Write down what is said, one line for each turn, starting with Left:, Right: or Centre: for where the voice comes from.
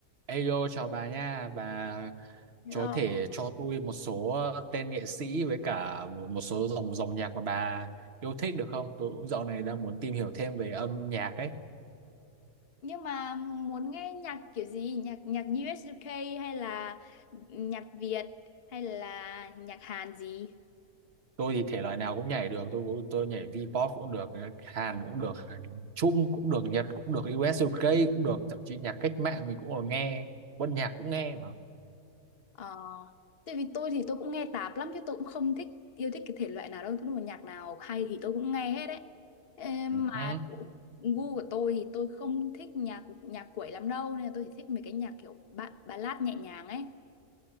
Right: Ayo chào bà nha, bà
Left: Hello.
Right: có thể cho tôi một số tên nghệ sĩ với cả một số dòng dòng nhạc mà bà yêu thích được không? Tôi cũng dạo này đang muốn tìm hiểu thêm về âm nhạc ấy.
Left: Nhưng mà muốn nghe nhạc kiểu gì? Nhạc nhạc US UK hay là nhạc Việt hay là nhạc Hàn gì?
Right: Tôi thì thể loại nào cũng nhảy được, tôi cũng- tôi nhảy V-pop cũng được, Hàn cũng được, Trung cũng được, Nhật cũng được, US UK cũng được, thậm chí nhạc cách mạng mình cũng còn nghe, quân nhạc cũng nghe mà.
Left: Ờ, tại vì tôi thì tôi cũng nghe tạp lắm chứ tôi cũng không thích yêu thích cái thể loại nào đâu, tôi mà nhạc nào hay thì tôi cũng nghe hết đấy. Ê, mà
Right: Ừ.
Left: kiểu gu của tôi thì tôi không thích nhạc nhạc quẩy lắm đâu nên là tôi chỉ thích mấy cái nhạc kiểu ba ballad nhẹ nhàng ấy.